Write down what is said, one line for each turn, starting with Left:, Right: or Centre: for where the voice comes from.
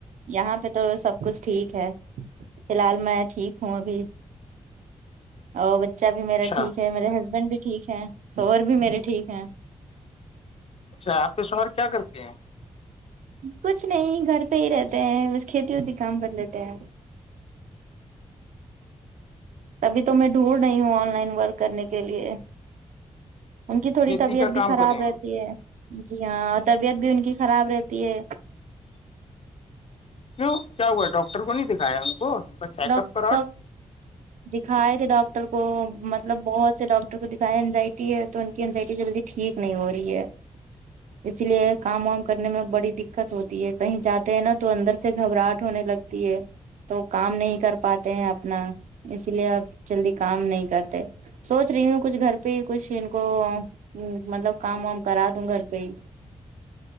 Right: یہاں پہ تو سب کچھ ٹھیک ہے فی الحال میں ٹھیک ہوں ابھی اور بچہ بھی
Left: اچھا
Right: میرا ٹھیک ہے میرے ہسبینڈ بھی ٹھیک ہے سور بھی میرے ٹھیک ہے
Left: اچھا آپ کے شمر کیا کرتے ہیں
Right: کچھ نہیں گھر پہ ہی رہتے ہیں بس کھیتی وتی کام کر لیتے ہیں تبھی تو میں ڈھونڈ رہی ہوں آن لائن ورک کرنے کے لیے ان کی تھوڑی
Left: کھیتی
Right: طبیعت
Left: کا
Right: بھی
Left: کام
Right: خراب
Left: کریں
Right: رہتی
Left: ہیں
Right: ہے جی ہاں اور طبیعت بھی ان کی خراب رہتی ہے
Left: وں کیا ہوا ہے ڈاکٹر کو نہیں دکھایا ان کو کا چیک
Right: ڈب
Left: اپ کراؤ
Right: ڈپ دکھائے تھے ڈاکٹر کو مطلب بہت سے ڈاکٹر کو دکھائے اینزائٹی ہے تو ان کی انینزائٹی جلدی ٹھیک نہیں ہو رہی ہے اس لیے کام وام کرنے میں بڑی دقت ہوتی ہے کہیں جاتے ہیں نا تو اندر سے گھبراہٹ ہونے لگتی ہے تو کام نہیں کر پاتے ہیں اپنا اسی لیے آپ جلدی کام نہیں کرتے سوچ رہی ہوں کچھ گھر پہ ہی کچھ ان کو مطلب کام وام کرا دوں گھر پہ ہی